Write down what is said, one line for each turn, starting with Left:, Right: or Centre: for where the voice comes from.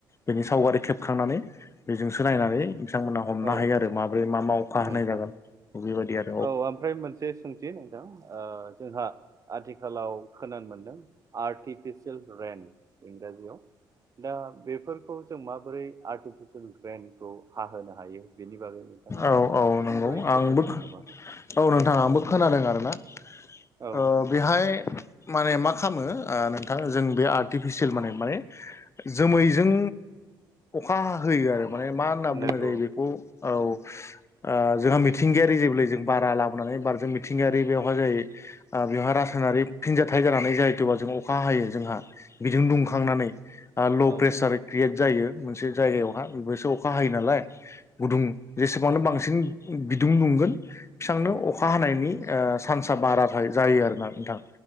Left: बेनि सावगारि खेबखांनानै बेजोंसो नायनानै बिथांमोना हमनो
Right: औ
Left: हायो आरो माब्रै मा मा अखा
Right: नोंथां
Left: हाय जागोन बेबायदि आरो।
Right: औ ओमफ्राय मोनसे सोंथि नथां जोंहा आथिखालाव खोनानो मोनदों आर्टिफिसियेल रेन इंराजियाव दा बेफोरखौ जों आर्टिफिसियेल रेनखौ हाहोनो हायो बेनि बागै नोंथाङा
Left: औ औ नंगौ
Right: सुंद'यै फोरमायनो
Left: आंबो
Right: हागोन नामा?
Left: औ नोंथां‌ आंबो खोनादों आरो ना
Right: औ
Left: ओ बेहाय माने मा खालामो आ नोंथां जों बे आर्टिफिसियेल माने माने जोमैजों अखा हाहोयो आरो। माने मा होनना बुंनाय
Right: नंगौ
Left: जायो बेखौ औ ओ जोंहा मिथिंगायारि जेब्लाय जों बारा लाबोनानै बार जों मिथिंगायारि बेयावहाय जायो आ बेवहाय रासायनारि फिनजथायाइ जानानै जाहथ'बा जों अखा हायो जोंहा बिदुं दुंखांनानै आं ल'
Right: औ
Left: प्रेसार क्रियेट जायो मोनसे जायगायावहाय बेसो अखा हायो नालाय। गुदुं जेसेबांनो बांसिन बिदुं दुंगोन एसेबांनो
Right: औ
Left: अखा हानायनि ओ सान्सा बारा जायो जायो आरोना नोंथां